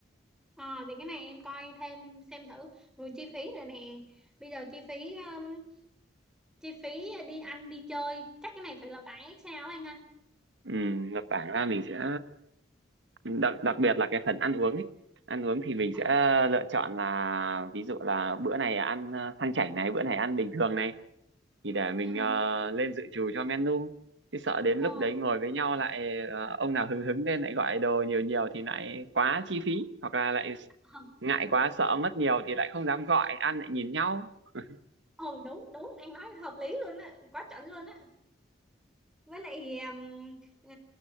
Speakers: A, in the centre; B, on the right (about 85°).
A: ờ để cái này em coi thêm xem thử rồi chi phí rồi nè bây giờ chi phí ừm, chi phí đi ăn đi chơi chắc cái này phải là bảy sao anh ha
B: ừ, là bảng ra mình sẽ đặc đặc biệt là cái phần ăn uống ấy ăn uống thì mình
A: ờ
B: sẽ lựa chọn là ví dụ là bữa này ăn ờ, sang chảnh này bữa này ăn bình thường này thì để mình
A: ừ
B: ờ, lên dự trù cho menu chứ sợ đến
A: ờ
B: lúc đấy ngồi với nhau lại ờ, ông nào hứng hứng lên lại gọi đồ nhiều nhiều thì lại quá chi phí hoặc là lại
A: ờ,
B: ngại quá sợ mất nhiều thì lại không dám gọi ăn lại nhìn nhau <laughs>
A: ờ, đúng đúng anh nói hợp lý luôn á quá chuẩn luôn á với lại um, ờ,